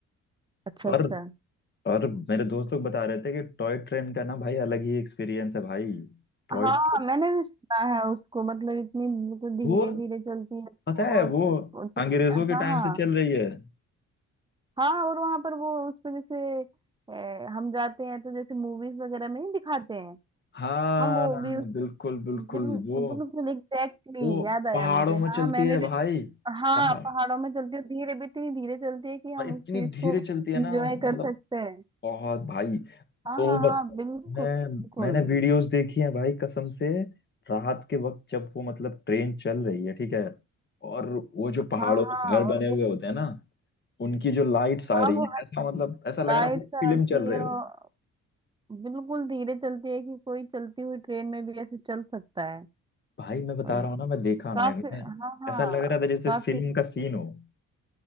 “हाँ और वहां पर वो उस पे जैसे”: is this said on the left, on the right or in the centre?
Right